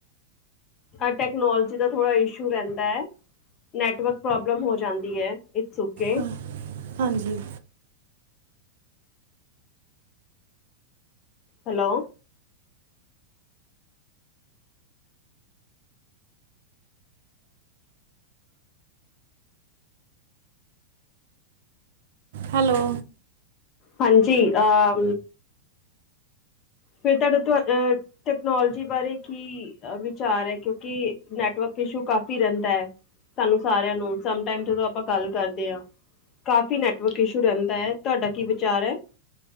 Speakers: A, on the left (about 35°); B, on the right (about 55°).
A: ਹਾਂ ਟੈਕਨੋਲੋਜੀ ਦਾ ਥੋੜ੍ਹਾ ਇਸ਼ੂ ਰਹਿੰਦਾ। ਨੈਟਵਰਕ ਪ੍ਰੋਬਲਮ ਹੋ ਜਾਂਦੀ ਹੈ ਇਟਸ ਓਕੇ।
B: ਹਾਂ ਹਾਂਜੀ
A: ਹੈਲੋ
B: ਹੈਲੋ
A: ਹਾਂਜੀ ਅਹ ਫਿਰ <unintelligible> ਟੈਕਨੋਲੋਜੀ ਬਾਰੇ ਕੀ ਵਿਚਾਰ ਹੈ ਕਿਉਂਕਿ ਨੈਟਵਰਕ ਇਸ਼ੂ ਕਾਫ਼ੀ ਰਹਿੰਦਾ। ਸਾਨੂੰ ਸਾਰਿਆਂ ਨੂੰ ਸਮ ਟਾਈਮ ਜਦੋਂ ਆਪਾਂ ਗੱਲ ਕਰਦੇ ਹਾ। ਕਾਫੀ ਨੈੱਟਵਰਕ ਇਸ਼ੂ ਰਹਿੰਦਾ ਹੈ ਤੁਹਾਡਾ ਕੀ ਵਿਚਾਰ ਹੈ।